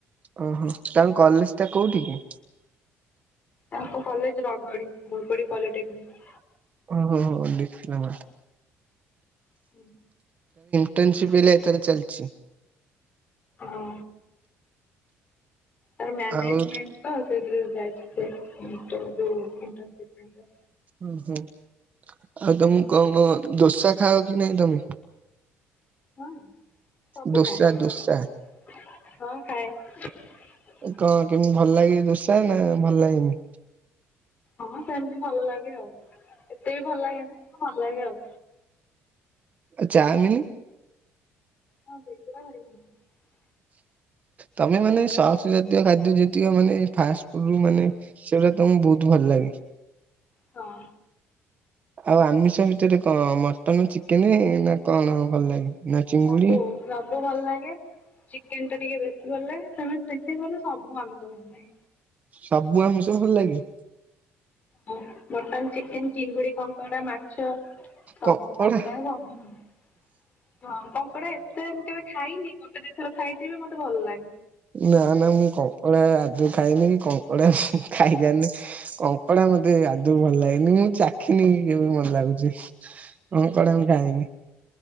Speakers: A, on the right; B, on the left.
A: ଓହୋ ତାଙ୍କ କଲେଜ ଟା କୋଉଠି କି?
B: ତାଙ୍କ କଲେଜ ରଗଡି ବୁଗୁଡ଼ି ପଲିଟେକ୍ନିକ।
A: ଓ ହୋ ହୋ ଦେଖିଲ
B: ହୁଁ।
A: ଇଣ୍ଟେନସିପ ବେଲେ ତାଲେ ଚାଲିଛି।
B: ହଁ। ତାର ମ୍ୟାନେଜମେଣ୍ଟ
A: ଆଉ
B: ତ ସେଥିରେ ଯାଇଚି ସେ ଇଣ୍ଟର ଯୋଉ ଇଣ୍ଟନସିପ ପାଇଁକା।
A: ଓହୋ ଆଉ ତମକୁ କଣ କଣ ଦୋସା ଖାଅ କି ନାଇଁ ତମେ?
B: ହଁ। ସବୁ
A: ଦୋସା
B: ଖାଏ
A: ଦୋସା
B: ହଁ ଖାଏ।
A: କଣ କେମିତି ଭଲ ଲାଗେ ଦୁସା ନା ଭଲ ଲାଗନି
B: ହଁ ସେମତି ଭଲ ଲାଗେ ଆଉ ଏତେ ବି ଭଲ ଲାଗେନା କିନ୍ତୁ ଭଲ ଲାଗେ ଆଉ।
A: ଆଉ ଚାମିନି?
B: ହଁ ସେଗୁଡା ଭାରି ଭଲଲାଗେ।
A: ତମେ ମାନେ ସକ୍ସ ଜାତୀୟ ଖାଦ୍ୟ ଯେତିକ ମାନେ ଫାଷ୍ଟଫୁଡରୁ ମାନେ ସେଗୁଡା ତମକୁ ବୋହୁତ ଭଲ ଲାଗେ।
B: ହଁ।
A: ଆଉ ଆମିଷ ଭିତରେ କଣ ମଟନ ଚିକେନେ ନା କଣ ଭଲ ଲାଗେ? ନା ଚିଙ୍ଗୁଡି
B: ସବୁ ସବୁ ଭଲ ଲାଗେ। ଚିକେନଟା ଟିକେ ବେଶୀ ଭଲଲାଗେ ତମେ ଶଖିଗଲେ ସବୁ ଆମିଷ ଭଲଲାଗେ।
A: ସବୁ ଆମିଷ ଭଲ ଲାଗେ?
B: ହଁ ମଟନ୍ ଚିକେନ୍ ଚିଙ୍ଗୁଡି କଙ୍କଡା ମାଛ ସାବୁ
A: କଙ୍କଡା
B: ଆମ୍ ପାଇଁ ସାବୁ ଭଲଲାଗେ। ହଁ କଙ୍କଡା ଏତେ ମୁଁ କେବେ ଖାଇନି ଗୋଟେ ଦିଥର ଖାଇଥିବି ମତେ ଭଲଲାଗେ।
A: ନା ନା କଙ୍କଡା ମୁଁ ଖାଏନି କି କଙ୍କଡା ମୁଁ ଖାଇଜାଣିନି କଙ୍କଡା ମତେ ଆଦୁ ଭଲ ଲାଗେନି ମୁଁ ଚାଖି ନି କେବେ ଭଲ ଲାଗୁଚି କଙ୍କଡା ମୁଁ ଖାଇନି।